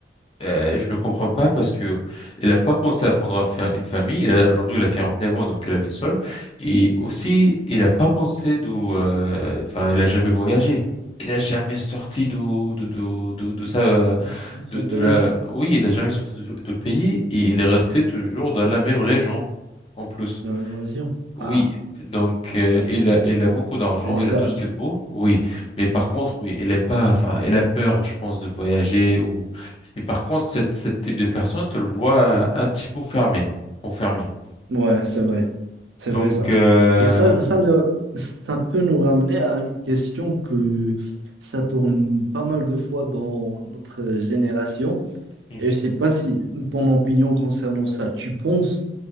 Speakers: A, on the left; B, on the right.
A: euh, je le comprends pas parce que elle a pas pensé à fondre un fa- une famille. Elle a aujourd'hui elle a neuf ans, donc elle habite seule. Et aussi,
B: ouf,
A: elle a pas pensé de, euh, enfin, elle a jamais voyagé. Elle a jamais sorti de de de de, de
B: ils
A: sa
B: sont
A: de, de
B: payés
A: la, oui, elle a jamais sorti de, de pays et elle est restée toujours dans la même région en plus.
B: dans la même région.
A: Oui,
B: Ah,
A: donc euh, il a, il a beaucoup d'argent,
B: c'est bizarre.
A: il a tout ce qu'il veut, oui. Mais par contre, oui, il aime pas, enfin, il a peur, je pense, de voyager ou. Et par contre, cette, cette type de personne, tu le vois euh, un petit peu fermé, enfermé.
B: Ouais, c'est vrai, c'est
A: Donc,
B: vrai ça.
A: euh,
B: Et ça, ça ne, ça peut nous ramener à une question que ça tourne pas mal de fois dans notre génération.
A: mhm.
B: Et je sais pas si ton opinion concernant ça, tu penses